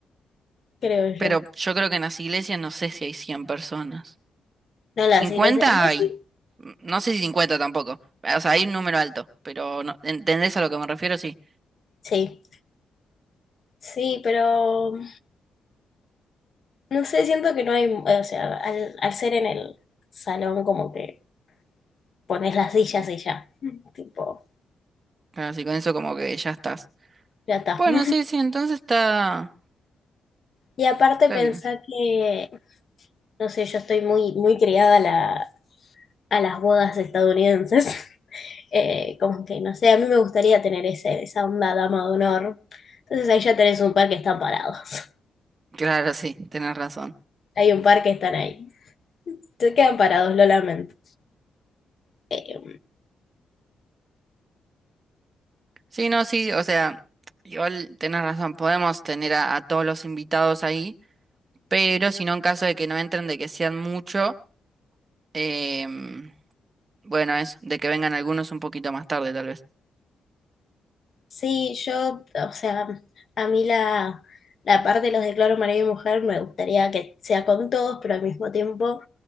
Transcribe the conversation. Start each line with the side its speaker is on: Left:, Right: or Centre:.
Left: <laughs> creo yo.
Right: Pero yo creo que en las iglesias no sé si hay 100 personas.
Left: No en
Right: 50
Left: las iglesias, ¿no?
Right: hay,
Left: Sí,
Right: mm, no sé si 50 tampoco. O sea, hay un número alto, pero no, ¿entendés a lo que me refiero? Sí.
Left: sí, sí, pero no sé, siento que no hay, o sea, al, al ser en el salón como que pones las sillas y ya, <laughs> tipo,
Right: Así con eso como que ya estás.
Left: ya está.
Right: Bueno,
Left: <laughs>
Right: sí, sí, entonces está,
Left: Y aparte
Right: está
Left: pensar
Right: bien.
Left: que, no sé, yo estoy muy, muy criada a la- a las bodas estadounidenses. Eh, como que, no sé, a mí me gustaría tener ese, esa onda dama de honor. Entonces ahí ya tenés un par que están parados. <laughs>
Right: Claro, sí, tenés razón.
Left: Hay un par que están ahí. Se quedan parados, lo lamento. Eh,
Right: Sí, no, sí, o sea, igual tenés razón, podemos tener a, a todos los invitados ahí, pero si no, en caso de que no entren, de que sean mucho, em, bueno, eso, de que vengan algunos un poquito más tarde, tal vez.
Left: sí, yo, o sea, a mí la, la parte de los declaro marido y mujer me gustaría que sea con todos, pero al mismo tiempo